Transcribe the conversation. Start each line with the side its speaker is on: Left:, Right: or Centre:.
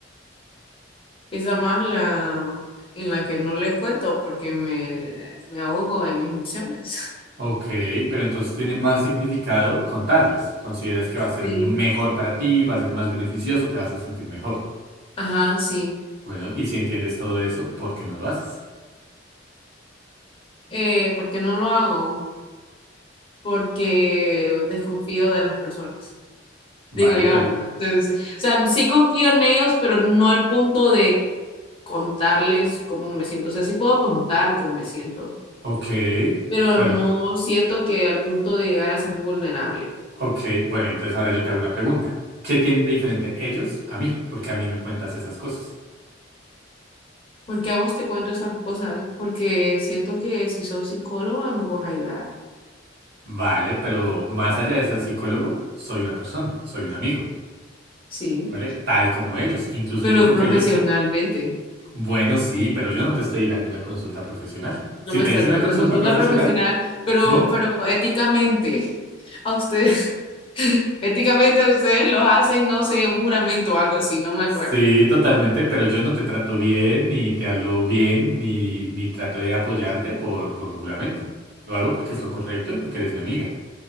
Left: quizá más la en la que no le cuento porque me, me ahogo en mis emociones. <laughs>
Right: Ok, pero entonces tiene más significado contarles. Consideras que va a ser
Left: Sí.
Right: mejor para ti, va a ser más beneficioso, te vas a sentir mejor.
Left: Ajá, sí.
Right: Bueno, y si entiendes todo eso, ¿por qué no lo haces?
Left: Eh, ¿por qué no lo hago? porque desconfío de las personas.
Right: Vale,
Left: Digo yo,
Right: pero,
Left: ¿verdad? Entonces, o sea, sí confío en ellos, pero no al punto de contarles cómo me siento. O sea, sí puedo contar cómo me siento,
Right: ok,
Left: pero
Right: bueno,
Left: no siento que al punto de llegar a ser vulnerable.
Right: ok, bueno, entonces ahora yo te hago una pregunta. ¿Qué tienen de diferente ellos a mí? Porque a mí me cuentas esas cosas.
Left: ¿Por qué a vos te cuento estas cosas? Porque siento que si sos psicóloga me puedes ayudar,
Right: Vale, pero más allá de ser psicólogo, soy una persona, soy un amigo,
Left: sí,
Right: ¿vale? Tal como ellos. Incluso
Left: pero
Right: yo creo
Left: profesionalmente.
Right: que ellos Bueno, sí, pero yo no te estoy dando una consulta profesional. Si
Left: No me
Right: te
Left: está
Right: hice
Left: dando
Right: una consulta
Left: una consulta
Right: profesional,
Left: profesional, pero,
Right: dime.
Left: pero éticamente, a ustedes, <laughs> éticamente ustedes lo hacen, no sé, un juramento o algo así, no me acuerdo.
Right: Sí, totalmente, pero yo no te trato bien, ni te hablo bien, ni, ni trato de apoyarte por, por un juramento. Lo hago porque es lo correcto y porque eres mi amiga.